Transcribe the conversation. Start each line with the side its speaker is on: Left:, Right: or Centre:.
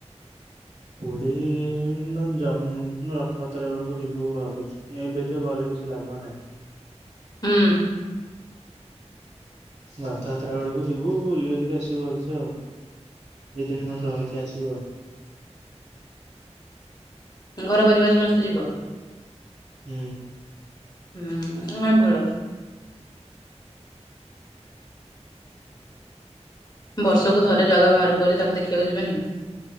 Right: ପୁରୀ ହିଁ ଜଗ ରଥଯାତ୍ରା ବେଳକୁ ଯିବୁ ଭାବୁଛୁ ଏବେ ତ ଗଲେ କିଛି ଲାଭ ନାହିଁ।
Left: ହୁଁ।
Right: ରଥଯାତ୍ରା ବେଳକୁ ଯିବୁ ବୁଲି ବାଲିକି ଆସିବୁ ଭଲସେ ଆଉ। ଦି ଦିନି ଖଣ୍ଡେ ରହିକି ଆସିବୁ ଆଉ।
Left: ଘର ପରିବାର ସମସ୍ତେ ଯିବ।
Right: ହୁଁ।
Left: ହୁଁ ନାହଁ ଭଲ। ବର୍ଷକୁ ଥରେ ଜଗା ବାହାରକୁଆହିଛି ତାକୁ ଦେଖିବାକୁ ଯିବେନି